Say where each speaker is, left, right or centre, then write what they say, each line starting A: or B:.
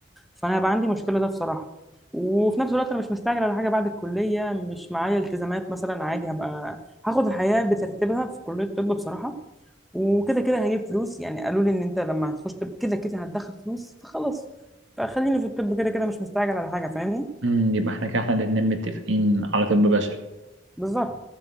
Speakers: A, in the centre; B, on the right.
A: فأنا هبقى عندي مشكلة ده بصراحة وفي نفس الوقت أنا مش مستعجل على حاجة بعد الكلية مش معايا التزامات مثلا عادي هبقى هاخد الحياة بترتيبها في كلية الطب بصراحة وكده كده هجيب فلوس يعني قالوا لي ان انت لما هتخش طب كده كده هتدخل فلوس فخلاص فخليني في الطب كده كده مش مستعجل على حاجه فاهمني
B: مم، يبقى احنا كده احنا الاتنين متفقين على طب بشري
A: بالظبط